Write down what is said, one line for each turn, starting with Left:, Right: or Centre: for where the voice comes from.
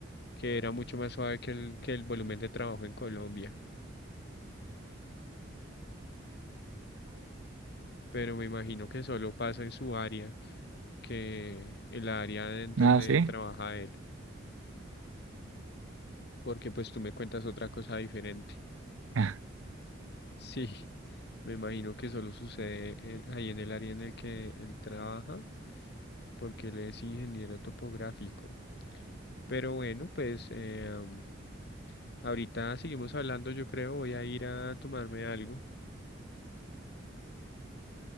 Left: que era mucho más suave que el, que el volumen de trabajo en Colombia, pero me imagino que solo pasa en su área, que el área en donde
Right: Nada, sí.
Left: trabaja él, porque pues tú me cuentas otra cosa diferente.
Right: <laughs>
Left: Sí, me imagino que solo sucede en- ahí en el área en el que él trabaja, porque él es ingeniero topográfico. Pero bueno, pues eh, am, ahorita seguimos hablando, yo creo, voy a ir a tomarme algo.